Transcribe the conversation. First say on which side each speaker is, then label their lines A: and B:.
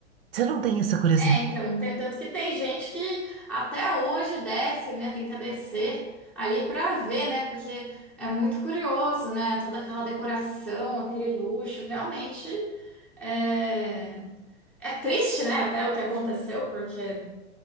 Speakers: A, on the right; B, in the centre.
A: Você não tem essa curiosidade?
B: É, então, tem tanto que tem gente que até hoje desce, né? Tenta descer ali pra ver, né? Porque é muito curioso, né? Toda aquela decoração, aquele luxo, realmente é, é triste, né? Até o que aconteceu, porque